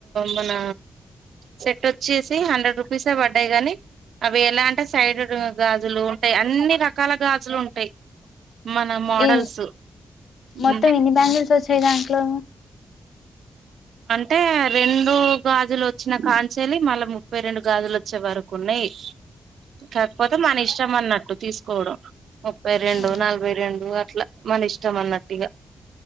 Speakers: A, on the right; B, on the left.
A: మన సెట్ వచ్చేసి హండ్రెడ్ రూపీసే పడ్డాయి గాని అవి ఎలా అంటే సైడ్ గాజులు ఉంటాయి అన్ని రకాల గాజులు ఉంటాయి మన మోడల్స్
B: ఏ మొత్తం
A: ఉమ్
B: ఇన్ని బ్యాంకుల్స్ వచ్చాయి దాంట్లో
A: అంటే రెండు గాజులు వచ్చిన కాంచెలి మళ్ళా ముప్పై రెండు గాజులు వచ్చే వరకు ఉన్నాయి కాకపోతే మన ఇష్టం అన్నట్టు తీసుకోవడం ముప్పై రెండు
B: అదే
A: నలభై రెండు అట్లా మన ఇష్టం అన్నట్టు ఇగ